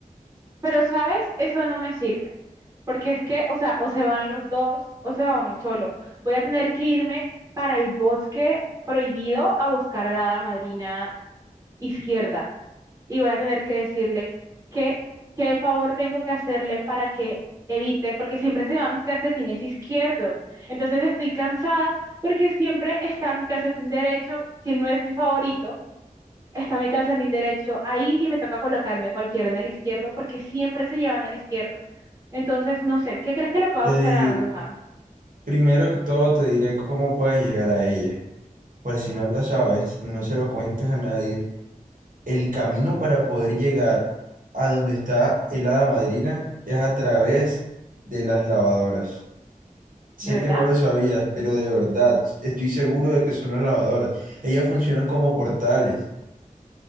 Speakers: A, on the right; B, on the right.
A: Pero, ¿sabes? Eso no me sirve. Porque es que, o sea, o se van los dos, o se va uno solo. Voy a tener que irme para el bosque prohibido a buscar a la hada madrina izquierda. y voy a tener que decirle qué, qué favor tengo que hacerle para que evite, porque siempre se va mis calcetines izquierdos. Entonces estoy cansada porque siempre está mi calcetín derecho, que no es mi favorito, está mi calcetín derecho ahí y me toca colocarme cualquiera en el izquierdo porque siempre se llevan el izquierdo. Entonces, no sé, ¿qué crees que le pueda
B: Te
A: gustar
B: di-
A: a la bruja?
B: primero que todo te diré cómo puedes llegar a ella. Por si no lo sabes y no se lo cuentes a nadie, El camino para poder llegar a donde está el hada madrina es a través de las lavadoras. Sé
A: ¿De verdad?
B: que no lo sabías, pero de verdad, estoy seguro de que son las lavadoras. Ellas funcionan como portales.